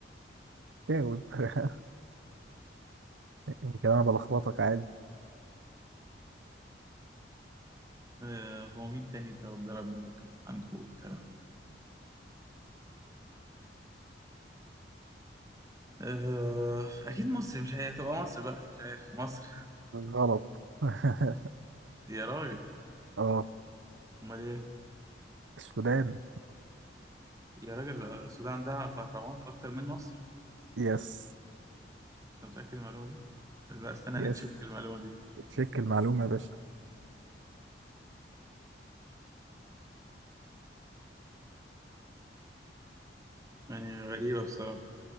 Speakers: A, on the right; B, on the right.
A: جاوب <laughs> يمكن انا بلخبطك عادي
B: آه هو مين تاني ده ربنا ربي ممكن عنده الكلام ده آه اكيد مصر مش هي تبقى مصر بقى مش عارف مصر
A: غلط <laughs>
B: يا راجل
A: اه
B: امال ايه
A: السودان
B: يا راجل آه، السودان عندها في اهرامات اكتر من مصر
A: يس
B: أنت متأكد من المعلومة دي؟ لا استنى
A: يس
B: نتشيك المعلومة دي
A: تشيك المعلومة يا باشا
B: يعني غريبة بصراحة